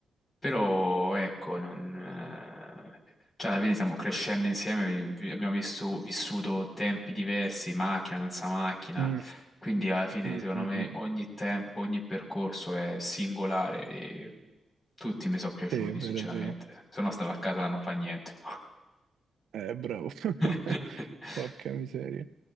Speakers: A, on the left; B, on the right.
A: Però ecco, non, eh, cioè alla fine stiamo crescendo insieme, vi- vi- abbiamo visto- vissuto tempi diversi, macchina senza macchina,
B: Mm,
A: quindi alla fine
B: mm,
A: secondo
B: mm,
A: me
B: mm.
A: ogni tempo, ogni percorso è singolare e tutti mi sono piaciuti,
B: Sì, è vero,
A: sinceramente.
B: è vero.
A: Se no stavo a casa non fa niente.
B: Eh, bravo.
A: <laughs>
B: <laughs> Porca miseria.